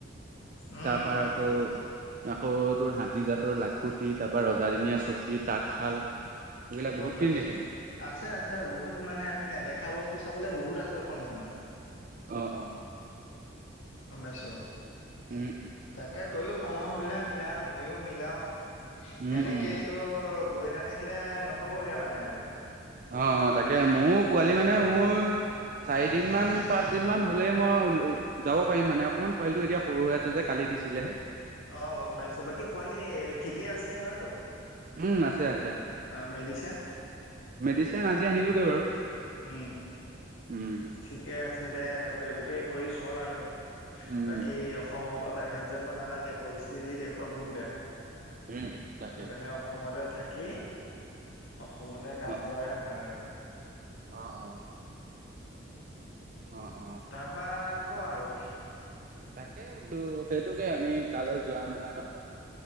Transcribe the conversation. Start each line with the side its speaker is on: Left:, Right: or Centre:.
Left: উম
Right: তাৰ পৰা
Left: উম
Right: আকৌ আকৌ তোৰ হাতী দাতৰ লাখুটি তাৰ বা ৰজা দিনীয়া চুকী তাঁতশাল। এইবিলাক
Left: গম
Right: বহুত খিনি
Left: পাইছো,
Right: দেখিলো।
Left: আছে আছে বহুত মানে আমি নেদেখা বস্তু চাবলে বহুত আছে অসমখনত।
Right: অ অ
Left: গমপাইছ
Right: উম
Left: তাকে তয়ো সময় সুবিধা মিলা ময়ো মিলাও
Right: উম
Left: এনেকে।
Right: উম
Left: তো গৈ নাথাকিলে নহ'বগৈ মানে আৰু।
Right: অ অ তাকে মোৰ পোৱালি মানে মোৰ চাৰি দিন মান পাঁচ দিন মান হলে মই যাব পাৰিম মানে অকমান পোৱালিটো এতিয়া সৰু হৈ আছে যে, কালি দিছিলে হে।
Left: অঁ গম পাইছো। বাকী পোৱালি ঠিকেই আছেনে বাৰু?
Right: উম আছে আছে
Left: অ মেডিচিন
Right: মেডিচিন আজি আনিলো গে বাৰু।
Left: উম
Right: উম
Left: ঠিকে আছে দে এইবোকে কৰি চল আৰু।
Right: উম
Left: বাকী অসমৰ পৰা বাহিৰত যাব নালাগে পৰিস্থিতি দেশৰ বহুত বেয়া। সেই
Right: উম তাকে
Left: কাৰণে অসমতে থাকি অসমতে কাম
Right: অ
Left: কৰাই ভাল আৰু।
Right: অ অ। অ অ।
Left: তাৰপৰা কওঁ আৰু।
Right: তাকে বোলো সেইটোকে আমি তালে যোৱা মেলা কথা